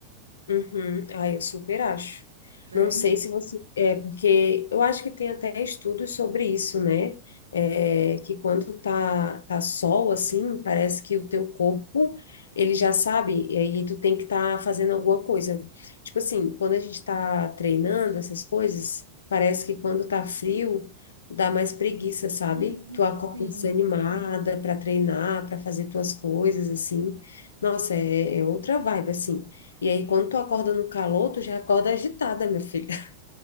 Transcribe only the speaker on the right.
É?
<laughs>
Sim,